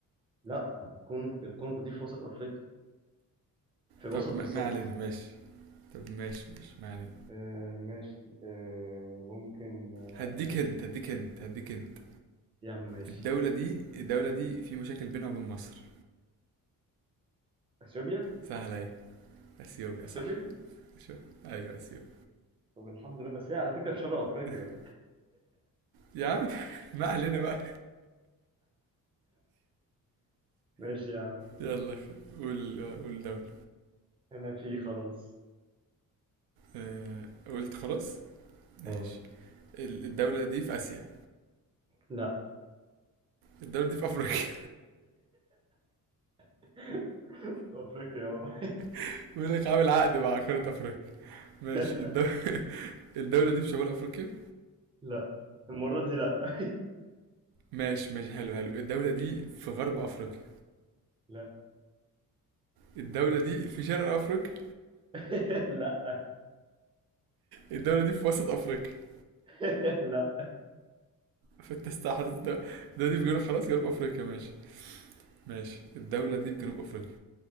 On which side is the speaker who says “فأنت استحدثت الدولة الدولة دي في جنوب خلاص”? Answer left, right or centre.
Right